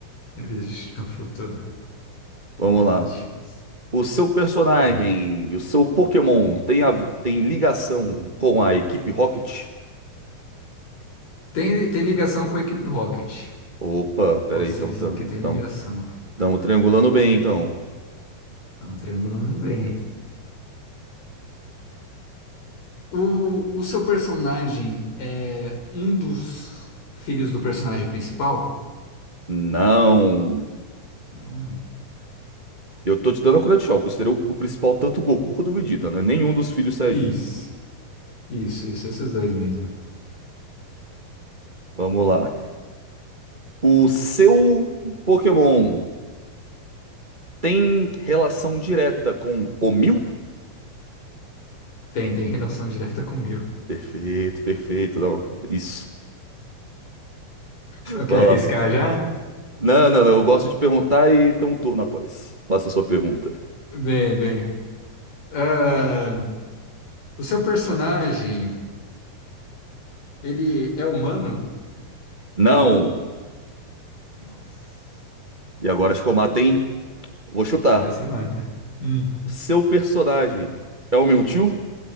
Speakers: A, on the left; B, on the right.
A: ele existe no futuro.
B: Vamos
A: Aí
B: lá.
A: é difícil.
B: O seu personagem
A: Bem,
B: e o seu Pokémon tem, a- tem ligação com a equipe Rocket?
A: tem, tem ligação com a equipe Rocket.
B: Opa, peraí,
A: Posso
B: então
A: dizer
B: estamos
A: que tem ligação.
B: triangulando bem, então.
A: Estão triangulando bem. O, o seu personagem é um dos filhos do personagem principal?
B: Não.
A: Não.
B: Eu tô te dando a colher de chá. Eu considero o o principal tanto o Goku quanto o Vegeta, né? Nenhum dos filhos Saiyajins.
A: Isso, isso, isso, esses dois mesmo.
B: Vamos lá. O seu Pokémon tem relação direta com o Mil?
A: Tem, tem relação direta com o meu.
B: Perfeito, perfeito. Não, isso.
A: Não quer
B: Vai
A: arriscar
B: lá.
A: já?
B: Não, não, não. Eu gosto de perguntar e tem um turno após. Faça a sua pergunta.
A: Bem, bem. Ah, o seu personagem, ele é humano?
B: Não.
A: Nossa.
B: E agora acho que eu
A: Bem,
B: mato, hein? Vou chutar.
A: Agora você mata. Hum.
B: O seu personagem é o Mewtwo?